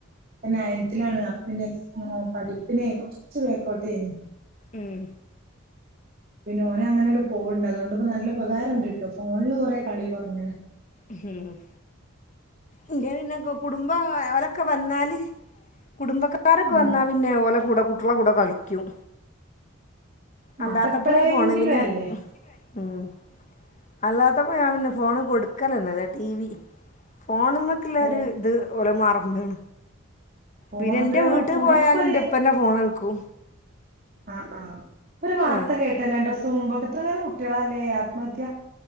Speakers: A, on the right; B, on the left.
A: ഇപ്പൊ നയൻത്തിലാണ് അപ്പൊ പിന്നെ എക്സാ പഠിപ്പിനെ കൊറച്ച് ബേക്കോട്ടേനി
B: ഉം
A: പിന്നെ ഓന് അങ്ങനാണ്ട് പോവ്ണ്ട് അതു കൊണ്ട്പ്പോ നല്ല ഉപകാരം ഇണ്ട്ട്ടോ ഫോണില് കൊറേ കളി കൊറഞ്ണ്
B: ഉം ഇന്റെ പിന്നെ ഒക്കെ കുടുംബ അവരൊക്കെ വന്നാല് കുടുംബക്കാ രൊക്കെ
A: ഉം
B: വന്നാ പിന്നെ ഓലെ കൂടെ കുട്ടികളെ കൂടെ കളിക്കും അല്ലാത്തപ്പെളാ
A: അതെപ്പളെങ്കിലും
B: ഫോണ് പിന്നെ
A: അല്ലേ
B: ഉം അല്ലാത്തപ്പോ ഞാൻ പിന്നെ ഫോണ് കൊടുക്കലന്നെ ഇല്ല ടി വി ഫോണ് മ്മക്ക് ഇല്ല
A: ഫോ
B: ഒരു ഇത് ഓല് മറന്ന്ണ്
A: ഫോണുപയോഗം
B: പിന്നെ ഇന്റെ വീട്ട്
A: കൂടി
B: പോയാല്
A: ഇപ്പൊര്
B: ഇന്റെ ഇപ്പന്റെ ഫോണെടുക്കൂ
A: ആഹ് ആഹ് ഒരു വാർത്ത
B: ആ
A: കേട്ടല്ലേ രണ്ടൂസം മുമ്പ് ഒക്കെ ഇത്രങ്ങാനും കുട്ടിയളാല്ലേ ആത്മഹത്യാ?